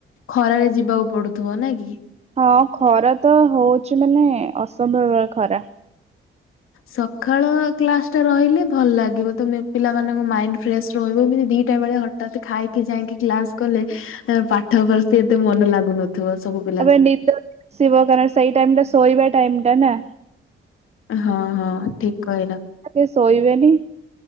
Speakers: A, on the left; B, on the right.
A: ଖରାରେ ଯିବାକୁ ପଡୁଥିବ କି।
B: ହଁ ଖରା ତ ହଉଛି ମାନେ ଅସମ୍ଭବ ଖରା।
A: ସକାଳ କ୍ଲାସ ଟା ରହିଲେ ଭଲ ଲାଗିବ ତ ପିଲାମାନଙ୍କ ମାଇଣ୍ଡ ଫ୍ରେଶସ୍ ରହିବ ଏମିତି ଦି କେତେବେଳେ ହଠାତ ଖାଇକି ଯାଇକି କ୍ଲାସ କଲେ ପାଠ ପଢି ଏତେ ମନ ଲାଗୁନ <unintelligible>
B: ତାପରେ ନିଦ ଆସିବ କାର ସେଇ ଟାଇ ଟା ଶୋଇବା ଟାଇ ଟା ନା।
A: ହଁ ହଁ ଠିକ କହିଲା।
B: ବେ ଶୋଇବେନି